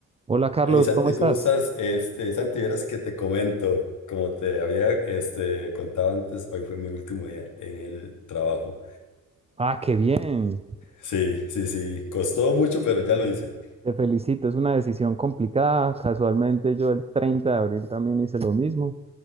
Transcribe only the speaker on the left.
Hey Santi,
¿cómo estás? Este, Santi, verás que te comento, como te había este, contado antes, hoy fue mi último día en el trabajo.
Sí, sí, sí, costó mucho, pero ya lo hice.